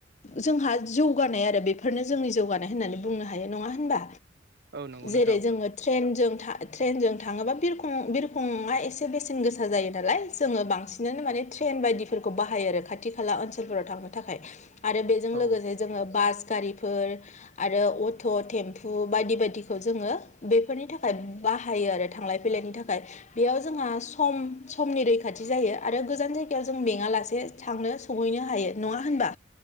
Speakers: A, on the left; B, on the right.
A: जोंहा जौ गानाय आरो बेफोरनो जोंनि जौगानाय होननानै बुंनो हायो नङा होनबा
B: औ नंगौ नोंथां
A: जेरै जोङो ट्रेनजों था ट्रेनजों थाङोबा बिरखं बिरखंआ एसे बेसेन गोसा जायो नालाय जोङो बांसिन माने ट्रेन बायदिफोरखौ बाहायो आरो खाथि खाला ओनसोलफोराव थांनो थाखाय आरो बेजों
B: औ
A: लोगोसे जोङो बास गारिफोर आरो अट' टेम्पु बायदि बायदिखौ जोङो बेफोरनि थाखाय बाहायो आरो थांलाय बिलाइनि थाखाय बेयाव जोंहा सम समनि रैखाथि जायो आरो गोजान जायगायाव जों मेङालासे थांनो सौहैनो हायो नङा होनबा